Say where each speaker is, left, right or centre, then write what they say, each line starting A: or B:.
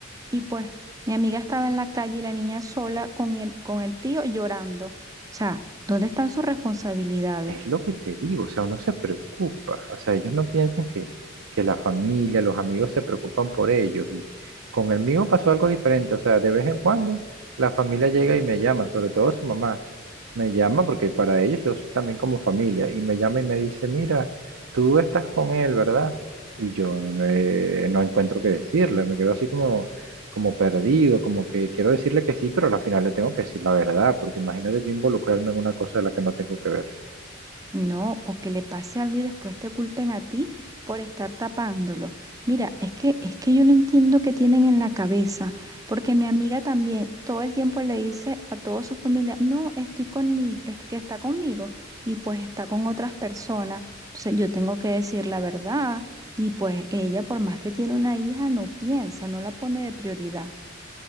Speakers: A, on the right (about 15°); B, on the right (about 80°).
A: Y pues mi amiga estaba en la calle y la niña sola con el, con el tío llorando. O sea, ¿dónde están sus responsabilidades?
B: Es lo que te digo, o sea, uno se preocupa, o sea, ellos no piensan que, que la familia, los amigos se preocupan por ellos y con el mío pasó algo diferente, o sea, de vez en cuando la familia llega y me llama, sobre todo su mamá, me llama porque para ellos yo soy también como familia y me llama y me dice, mira, tú estás con él, ¿verdad? Y yo eh, no encuentro qué decirle, me quedo así como, como perdido, como que quiero decirle que sí, pero al final le tengo que decir la verdad, porque imagínate yo involucrarme en una cosa de la que no tengo que ver.
A: No, o que le pase algo y después te culpen a ti por estar tapándolo. Mira, es que es que yo no entiendo qué tienen en la cabeza, porque mi amiga también todo el tiempo le dice a toda su familia, "No, estoy con mi, es que está conmigo" y pues está con otras personas. Entonces yo tengo que decir la verdad y pues ella por más que tiene una hija no piensa, no la pone de prioridad.